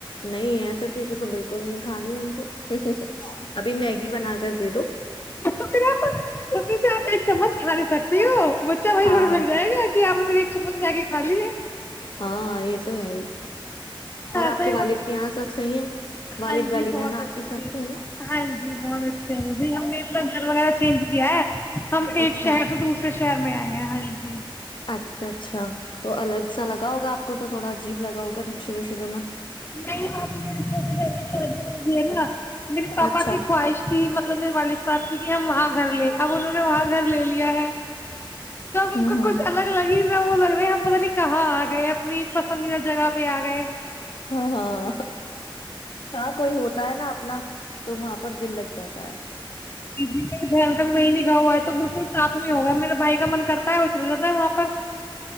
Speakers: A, on the left (about 60°); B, on the left (about 25°).
A: نہیں ایسا چیز تو بالکل نہیں کہانی ان کو ا ابھی میگی بنا کر دے دو
B: تو پھر آپ اس میں سے آپ ایک چمچ کھا نہیں سکتی ہو بچہ وہی
A: ہاں
B: تھوڑنے لگ جائے گا کہ آپ نے ایک چمچ جا کے کھا لیی ہے
A: ہاں یہ تو ہے ہی
B: ا
A: اور آپ کے والد کے یہاں سب صحیح ہیں
B: ہاں
A: والد والدین
B: جی بہت
A: آپ
B: اچھے
A: کے سب صحیح
B: ہاں جی بہت اچھا وہ ہم نے اپنا گھرگایا چینج کیا ہے ہم
A: ہیں
B: ایک
A: اچھا
B: شہر کو دوسرے ش میں آئے ہیں ہاں جی
A: اچھا اچھا تو الگ سا لگا ہوگا آپ کو تو تھوڑا عجیب لگا ہوگا شروع شروع میں
B: نہیں تو میرے چھوٹے بھائیی شادی ہوئی بھی ہے نا میرے پاپا
A: اچھا
B: کی خواہش تھی مطلب میرے والی سات تھی کہ ہم وہاں گھر لیں اب ان نے وہاں گھر لے لیا ہے تب
A: ہوں
B: ان کو
A: ہوں
B: کچھ الگ الگ ج میں وہ لگ رہا ہم پت نہیں کہاں آ گئے اپنی پسندیدہ جگہ پہ آ گئے
A: ہاں ہاں ہاں کوئی ہوتا ہے نا اپنا تو وہاں پر دل لگ جاتا س ہے <inaudible>
B: جی دھیان کر وہی نکھا ہوا ہے تو بالکل ساتھ میں ہوگیا میرے بھائی کا من کرتا ہے وہ چل جاتا ہے وہاں پر